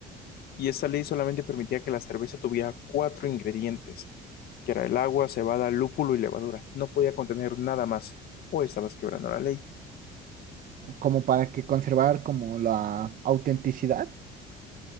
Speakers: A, on the left; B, on the right.
A: Y esta ley solamente permitía que la cerveza tuviera cuatro ingredientes, que era el agua, cebada, lúpulo y levadura. No podía contener nada más, o estabas quebrando la ley.
B: como para que conservar como la autenticidad